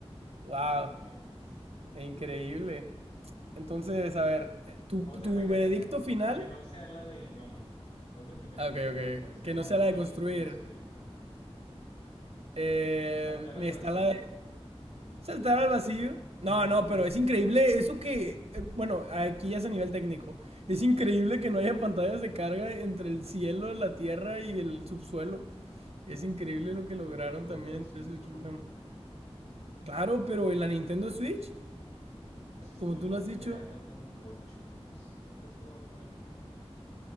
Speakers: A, on the right; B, on the left.
A: Wow,
B: cuando menos.
A: increíble.
B: ¿sí?
A: Entonces, a ver, eh, tu,
B: Otra
A: tu
B: mecánica
A: veredicto final...
B: que no sea la de... No, no, no. Otra mecánica
A: Ah, Ok, ok,
B: que no sea
A: que
B: la
A: no sea
B: de
A: la de construir.
B: construir. Ajá.
A: Eh,
B: Saltar al
A: está
B: vacío.
A: la de saltar al vacío. No,
B: Mm,
A: no, pero es increíble eso que, eh, bueno, aquí ya es a nivel técnico. Es increíble que no haya pantallas de carga entre el cielo, la tierra y el subsuelo. Es increíble lo que lograron
B: porque todo
A: también
B: es
A: en Tears
B: un solo
A: of Kingdom.
B: lugar.
A: Claro, pero en la Nintendo Switch,
B: Pues es
A: como
B: que lo
A: tú
B: va
A: lo has
B: generando
A: dicho,
B: con, por chunks. ¿Nunca has jugado Minecraft?